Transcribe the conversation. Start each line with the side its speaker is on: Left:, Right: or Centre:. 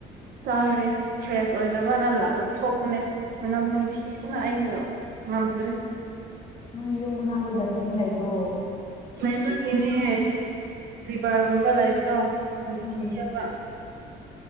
Right: ꯆꯥꯔꯦ ꯐ꯭ꯔꯦꯁ ꯑꯣꯏꯅꯕꯅ ꯂꯥꯛ ꯊꯣꯛꯄꯅꯦ ꯃꯅꯝ ꯅꯝꯊꯤꯕꯅ ꯑꯩꯅ ꯉꯝꯗ꯭ꯔꯦ
Left: ꯅꯪ ꯌꯨꯝ ꯃꯅꯥꯛꯇ ꯗꯁꯕꯤꯟ ꯂꯩꯕ꯭ꯔꯣ
Right: ꯂꯩꯕꯒꯤꯅꯦ ꯔꯤꯕꯔꯒꯨꯝꯕ ꯂꯩꯕꯗꯣ ꯅꯝꯊꯤꯌꯦꯕ
Left: ꯎꯝ